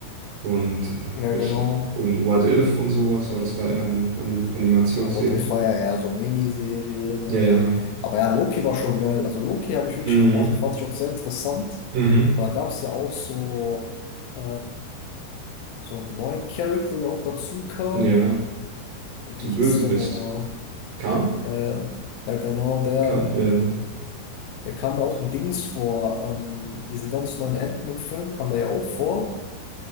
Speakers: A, on the right; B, on the left.
A: und, äh,
B: Ja,
A: welche,
B: genau.
A: und What If und sowas, aber das war eher eine Anim Animationsserie.
B: Ja, What If war ja eher so Miniserie, ne,
A: Ja, ja.
B: so. Aber ja, Loki war schon geil. Also Loki habe ich wirklich
A: Mhm.
B: gemocht, fand ich auch sehr interessant.
A: Mhm.
B: weil da gab es ja auch so, äh, so einen neuen Charakter, der auch dazu kam.
A: Ja,
B: Wie
A: zum
B: hieß
A: Bösewicht.
B: der nochmal?
A: Kann?
B: Ja, ja. Ja, genau, der,
A: Kann, ja.
B: der kam ja auch ein Dings vor. Ähm, diesen ganz neuen Ant-Man-Film kam der ja auch vor.